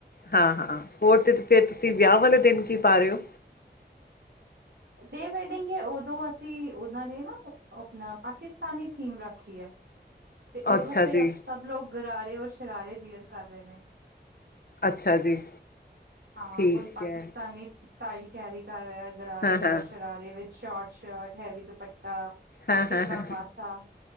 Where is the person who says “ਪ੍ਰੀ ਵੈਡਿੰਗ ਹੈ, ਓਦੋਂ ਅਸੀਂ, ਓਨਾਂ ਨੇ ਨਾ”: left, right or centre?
Right